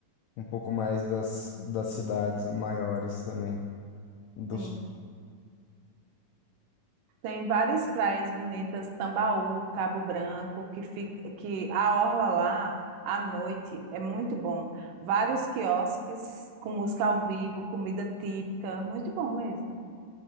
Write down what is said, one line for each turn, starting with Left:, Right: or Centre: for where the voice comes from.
Left: um pouco mais das, das cidades maiores também, do
Right: Sim.
Left: sul.
Right: Tem várias praias bonitas, Tambaú, Cabo Branco, que fica, que a orla lá à noite é muito bom. Vários quiosques com música ao vivo, comida típica, muito bom mesmo.